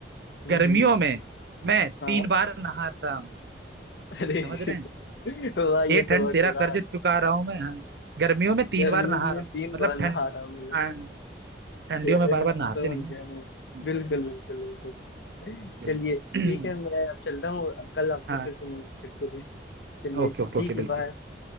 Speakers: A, on the left (about 70°); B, on the right (about 65°).
A: हम्म
B: गर्मियों
A: हम्म,
B: में मैं
A: हाँ
B: तीन बार नहा रहा हूँ
A: अरे
B: समझ
A: <laughs>
B: रहे हैं
A: वाह
B: ये
A: ये
B: ठंड
A: तो मजेदार
B: तेरा कर्ज चुका रहा हूँ मैं हाँ गर्मियों में तीन
A: गर्मियों
B: बार नहा
A: में
B: रहा हूँ
A: तीन
B: मतलब
A: बार नहा
B: ठंड
A: रहा हूँ
B: हाँ, ठंडियों
A: ये-
B: में बार
A: हाँ
B: बार नहाते
A: समझ
B: नहीं ना।
A: गया मैं
B: हम्म,
A: बिल्कुल बिल्कुल बिल्कुल चलिए
B: बिल्कुल
A: ठीक है मैं अब चलता हूँ कल आपसे
B: <clears throat> हाँ
A: फिर सुनूंगा चुटकुले चलिए
B: ओके ओके
A: ठीक
B: ओके
A: है
B: बिल्कुल
A: बाय